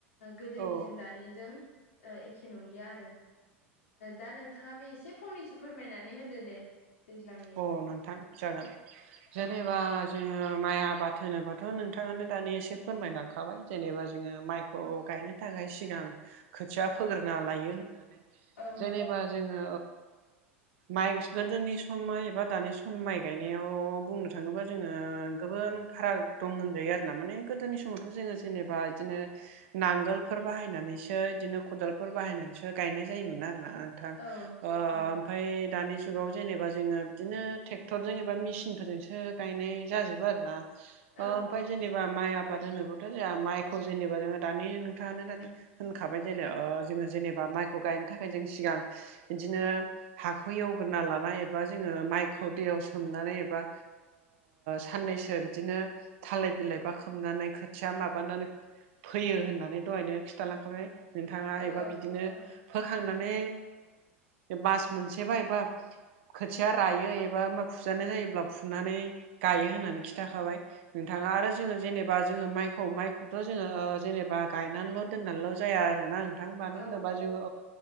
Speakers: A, on the left (about 85°); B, on the right (about 70°).
A: गोदोनिजों
B: औ
A: दानिजों एखे नंलिया आरो दा नोंथाङाबो एसे फंनैसो फोरमायनानै होदो दे दैज्लांनि
B: अ नोंथां जागोन जेनेबा
A: औ
B: जोङो माइ आबाद होनोनोबाथ' नोंथाङानो दानि एसे फोरमायलांखाबाय जेनेबा जोङो माइखौ गायनो थाखाय सिगां खोथिया फोग्रोना लायो होननानै
A: औ
B: जेनेबा जोङो माइ गोदोनि सम एबा दानि सम माइ गायनायाव बुंनो थाङोबा जोङो गोबां फाराग दं होनजायो आरो ना माने गोदोनि समावथ' जोङो जेनेबा बिदिनो नांगोलफोर बाहायनानैसो बिदिनो खदालफोर बाहायनानैसो गायनाय जायोमोन आरोना
A: औ
B: ओ
A: औ
B: दानि जुगाव जेनेबा जोङो बिदिनो ट्रेक्टर ज एबा मेसिन फोरजोंसो गायनाय जाजोबो आरोना
A: औ
B: ओमफ्राय जेनेबा माइ आबाद होनोब्लाथ' जोंहा माइखौ जेनेबा जोङो दानि नथाङानो दानि होनखाबाय जे जोङो जेनेबा माइ गायनो थाखाय जों सिगां बिदिनो हखौ एवग्रा लानाया एबा बा जोङो माइखौ दैयाव सोमनानै एबा साननैसो बिदिनो थालाय बिलाइ बा खोमनानै खोथिया माबानानै फैयो होननानै दहायनो खिन्थालांखाबाय नोंथाङा
A: औ
B: एबा बिदिनो
A: औ
B: फोखांनानै मास मोनसेबा एबा खोथिया रायो एबा मा फुजानाय जायोब्ला फुनानै गायो होननानै खिन्थाखाबाय नोंथाङा आरो जोङो जेनेबा जोङो माइखौ माइखौथ' जोङो जेनेबा गायनानैल' दोननानैल' जाया आरोना मानो
A: औ
B: होनोबा जोङो